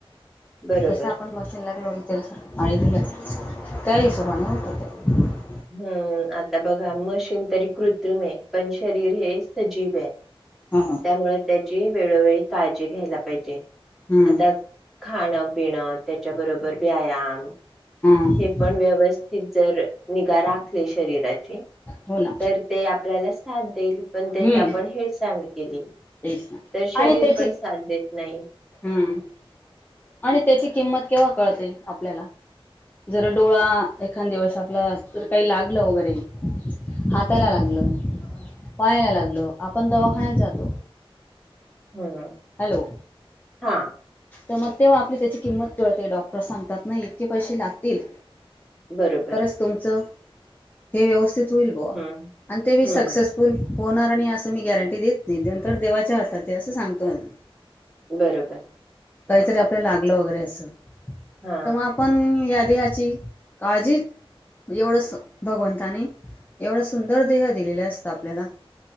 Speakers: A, in the centre; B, on the left.
A: बरोबर
B: तस आपण मशीनला घेऊन ते स पाणी दिलं त्या हिशोबाने होतं ते
A: हम्म आता बघा मशीन तरी कृत्रिम आहे पण शरीर हे सजीव आहे.
B: हा
A: त्यामुळे त्या वेळोवेळी काळजी घ्यायला पाहिजे.
B: हम्म
A: आता खाणं पिणं त्याच्याबरोबर व्यायाम
B: हम्म
A: हे पण व्यवस्थित जर निगा राखली शरीराची
B: हो ना
A: तर ते तरच साथ देईल पण त्याचा
B: हम्म
A: आपण हेळसांड केली
B: तेच ना
A: तर शरीर
B: आणि त्याची
A: पण साथ देत नाही.
B: हम्म आणि त्याची किंमत केव्हा कळते आपल्याला जर डोळा एखाद्या वेळेस आपला तर काही लागलं वगैरे हाताला
A: हम्म.
B: लागलं पायाला लागल आपण दवाखान्यात जातो.
A: हम्म
B: हॅलो
A: हा
B: तर मग तेव्हा आपली त्याची किंमत कळते डॉक्टर सांगतात ना इतके पैसे लागतील.
A: बरोबर
B: तरच तुमचं हे व्यवस्थित होईल बुवा
A: हम्म
B: आणि ते बी
A: हम्म
B: सक्सेसफुल होणार आणि असं मी गॅरंटी देत नाही. नंतर देवाच्या हातात असं सांगतो अजुन
A: बरोबर
B: काहीतरी
A: हा
B: आपल्याला लागलं वगैरे अस च
A: हा
B: तर मग आपण या देहाची काळजी एवढं भगवंताने एवढा सुंदर देह दिलेलं असतं आपल्याला.